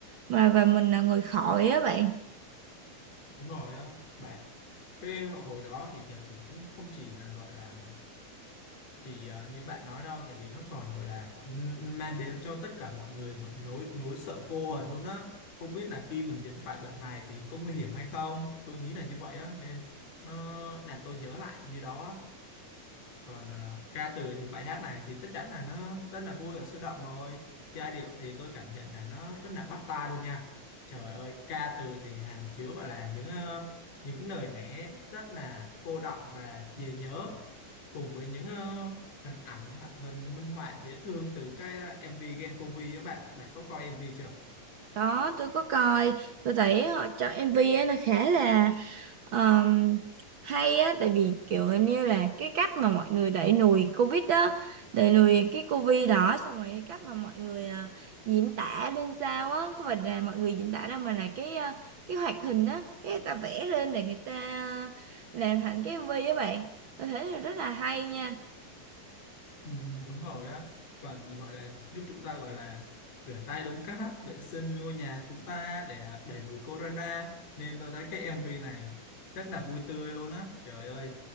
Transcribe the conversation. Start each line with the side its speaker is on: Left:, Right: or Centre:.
Right: mà và mình là người khỏi á bạn
Left: đúng rồi á bạn cái hồi đó thì Nhật thì cũng không chỉ là gọi là chỉ ờ, như bạn nói đâu tại vì nó còn gọi là ừm, mang đến cho tất cả mọi người một nỗi nỗi sợ vô hồn luôn á không biết là khi mình dính phải bệnh này thì có nguy hiểm hay không tôi nghĩ là như vậy á nên nó làm tôi nhớ lại như đó á còn ờ, ca từ thì bài hát này thì chắc chắn là nó rất là vui và sôi động rồi giai điệu thì tôi cảm nhận là nó rất là bắt tai luôn nha trời ơi ca từ thì hàm chứa gọi là những ờ, những lời lẽ rất là cô đọng và dễ nhớ cùng với những ờ, hình ảnh hoặc hình minh họa dễ thương từ cái ờ, MV Gen Covid các bạn bạn có coi MV chưa
Right: đó tôi có coi tôi thấy họ cho MV ấy nó khá là Ờm, hay á tại vì kiểu như là cái cách mà mọi người đẩy lùi Covid đó đẩy lùi cái Covid đó xong rồi cái cách mà mọi người à, diễn tả lên sao á không phải là mọi người diễn tả đâu mà là cái à, cái hoạt hình á cái người ta vẽ lên để người ta ờ, làm thành cái MV á bạn tôi thấy là rất là hay nha
Left: Ừ, đúng rồi á còn gọi là giúp chúng ta gọi là rửa tay đúng cách vệ sinh ngôi nhà chúng ta để đẩy lùi corona nên tôi thấy cái MV này rất là vui tươi luôn á trời ơi